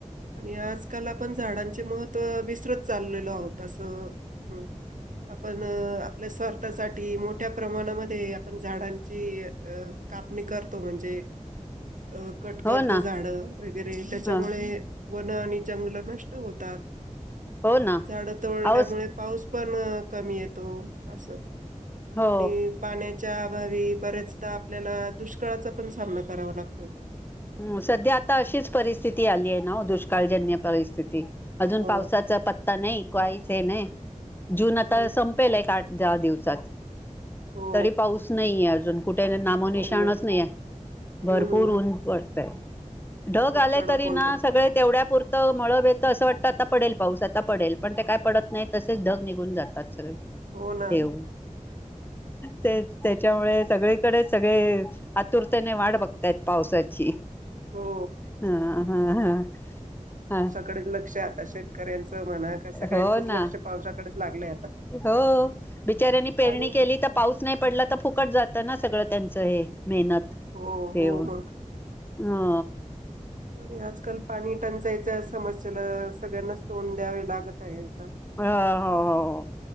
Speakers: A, on the right (about 80°); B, on the left (about 15°).
A: आणि आजकाल आपण झाडांचे महत्त्व विसरत चाललेलो आहोत असं आपण आपल्या स्वार्थासाठी मोठ मोठ्या प्रमाणामध्ये आपण झाडांची कापणी करतो म्हणजे अ कट
B: हो
A: करतो
B: ना
A: झाडं वगैरे त्याच्यामुळे
B: ह
A: वन आणि जंगल, नष्ट होतात.
B: हो ना
A: झाडं तोडल्यामुळे.
B: अवस
A: पाऊस पण कमी येतो असं
B: हो
A: आणि पाण्याच्या अभावी बरेच आपल्याला दुष्काळाचा पण सामना करावा लागतो
B: हम्, सध्या आता अशीच परिस्थिती आली आहे. नाओ, दुष्काळजन्य परिस्थिती. अजून,
A: हो.
B: पावसाचा पत्ता नाही. काहीच हे नाही, जून आता
A: हम्म.
B: संपेल एक आठ दहा दिवसांत.
A: हो,
B: तरी, पाऊस नाहीेये आजून. कुठे, नामोनिशाणच
A: हो ना.
B: नाही आहे.
A: हम्म.
B: भरपूर ऊंन, पडतंय. ढग
A: खूप
B: आले.
A: कडक
B: तरी
A: ऊन
B: ना,
A: पडतं.
B: सगळे तेवढ्यापुर त, मळभ येत. असं वाटतं. आता पडेल पाऊस, आता पडेल. पण ते काय, पडत नाही. तसेच ढग, निघून जातात सगळे.
A: हो ना.
B: येऊ, तेच त्या त्याच्यामुळे. सगळीकडे सगळे आतुरतेने, वाट बघतायत पावसाची.
A: हो.
B: हा.. हा.. हा.. हा.
A: कडक लक्ष आता, शेतकऱ्यांच म्हणा. का? सगळ्यांचंच
B: हो ना
A: लक्ष, पावसाकडेच लागलंय आता.
B: हो.. बिचाऱ्यांनी पेरणी
A: पाणी
B: केली तर पाऊस नाही पडला. तर फुकट जात ना, सगळं त्यांचं हे, मेहनत.
A: हो
B: हेऊन
A: हो मग
B: हा.
A: आणि आजकाल पाणी टंचायच्या समस्येला सगळ्यांनाच तोंड द्यावे लागत आहेच ना?
B: ह हो हो